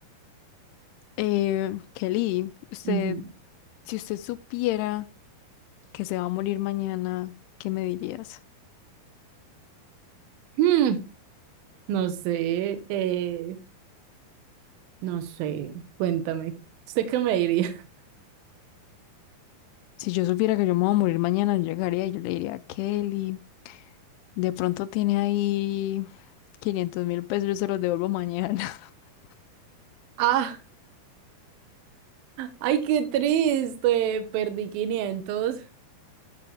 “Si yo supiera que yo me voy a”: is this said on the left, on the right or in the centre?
Left